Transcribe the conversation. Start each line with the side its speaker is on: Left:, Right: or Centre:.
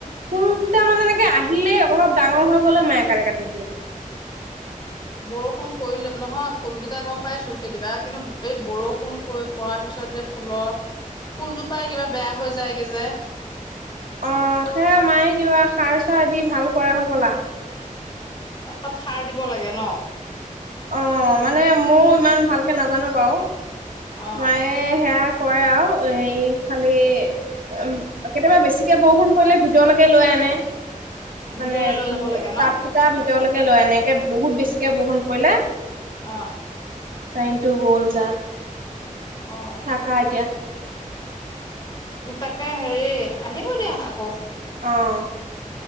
Right: ফুল কেইটা মানে এনেকে আহিলেই অলপ ডাঙৰ হৈ গলে মায়ে কাটি কাটি দিয়ে
Left: বৰষুণ পৰিলে নহয় ফুলকেইটা গম পাইছো সেইকেইটা কিন্তু এই বৰষুণ পৰাৰ পিছত যে ফুলৰ ফুলজোপাই কিবা বেয়া হৈ যায়গে যে
Right: অ সেয়া মায়ে কিবা সাৰ চাৰ দি ভাল কৰে হ'বলা
Left: তাত সাৰ দিব লাগে ন
Right: অ মানে মোৰ ইমান ভালকে নাজানো বাৰু
Left: অ
Right: মায়ে সেয়া কৰে আও হেৰি খালি উ কেতিয়াবা বেছিকে বৰষুণ পৰিলে ভিতৰলৈকে লৈ আনে
Left: ভিতৰলৈ
Right: মানে
Left: লৈ যাব
Right: হে
Left: লাগে ন
Right: তাপ কেইটা ভিতৰলৈকে লয় এনেকে বহুত বেছি এনেকে বৰষুণ পৰিলে
Left: অ
Right: কাৰেণ্টটো গ'ল যা
Left: অ
Right: থাকা এতিয়া
Left: তাকে হেৰি আহিব দিয়া আকৌ।
Right: অঁ